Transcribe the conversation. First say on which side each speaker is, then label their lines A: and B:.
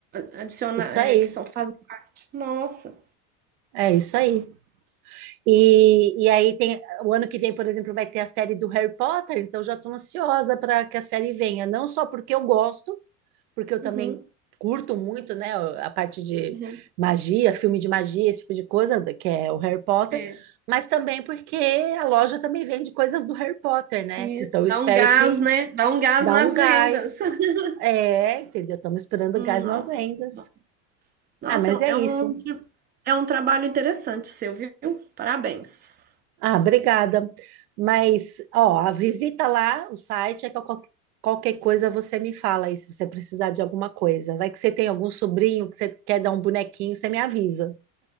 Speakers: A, on the right; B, on the right.
A: Adicionar,
B: isso
A: é,
B: aí.
A: que são fazidos. Nossa.
B: É isso aí. E, e aí tem o ano que vem, por exemplo, vai ter a série do Harry Potter, então já estou ansiosa para que a série venha, não só porque eu gosto, porque eu
A: Uhum,
B: também curto muito, né, a parte de
A: uhum.
B: magia, filme de magia, esse tipo de coisa, que é o Harry Potter,
A: É.
B: mas também porque a loja também vende coisas do Harry Potter, né?
A: E
B: Então
A: dá
B: eu espero
A: um gás,
B: que
A: né? Dá um gás
B: dá
A: nas
B: um gás.
A: vendas. <laughs>
B: É, entendeu? Estamos esperando
A: Hum,
B: gás
A: Nossa,
B: nas vendas.
A: muito bom. Nossa,
B: Ah, mas
A: é um,
B: é
A: é
B: isso.
A: um é um trabalho interessante seu, viu? Parabéns.
B: Ah, obrigada. Mas, ó, a visita lá, o site, é que eu qual- qualquer coisa você me fala aí, se você precisar de alguma coisa. Vai que você tem algum sobrinho que você quer dar um bonequinho, você me avisa,